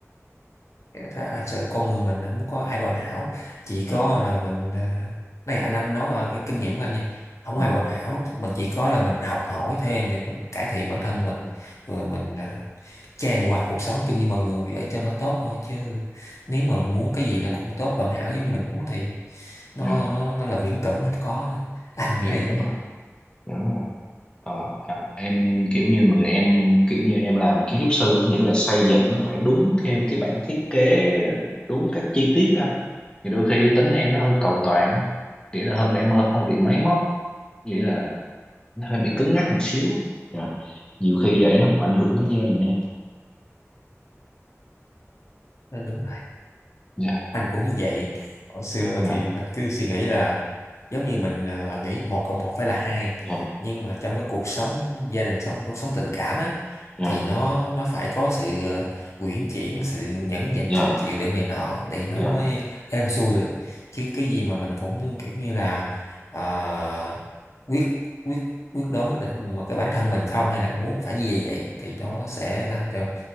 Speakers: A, on the left; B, on the left.
A: thật sự con người mình không có ai hoàn hảo chỉ
B: dạ
A: có là mình à, này anh anh nói là cái kinh nghiệm của anh nha không
B: dạ
A: ai hoàn hảo mình chỉ có là mình học hỏi thêm để mình cải thiện bản thân mình rồi mình à, trang hòa cuộc sống chung với mọi người để cho nó tốt thôi chứ nếu mà mình muốn cái gì nó cũng tốt hoàn hảo giống như mình muốn thì nó
B: dạ
A: nó nó là viễn tưởng nó không có anh
B: dạ,
A: nghĩ là
B: đúng
A: vậy
B: rồi dạ, đúng rồi ờ, à, em kiểu như người em kiểu như em làm kiến trúc sư nghĩa là xây dựng nó phải đúng theo cái bản thiết kế đúng các chi tiết đó anh thì đôi khi tính em nó hơi cầu toàn á nghĩa là hơi em hơi, hơi bị máy móc nghĩa là nó hơi bị cứng nhắc một xíu á. dạ nhiều khi vậy nó cũng ảnh hưởng tới gia đình em
A: Nó đúng rồi
B: dạ
A: anh cũng vậy hồi xưa
B: dạ
A: thì mình cứ suy nghĩ là giống như mình ờ, à, nghĩ một cộng một phải là hai
B: dạ
A: nhưng mà trong cái cuộc sống gia đình sống cuộc sống tình cảm á
B: dạ
A: thì nó nó phải có sự ờ, uyển chuyển sự nhẫn nhịn
B: dạ
A: sự chịu đựng này nọ để nó
B: dạ
A: mới êm xuôi được chứ cái gì mà mình cũng kiểu như là ờ, quyết quyết quyết đoán quyết định mà cái bản thân mình không hay là muốn phải như vậy vậy thì nó sẽ làm cho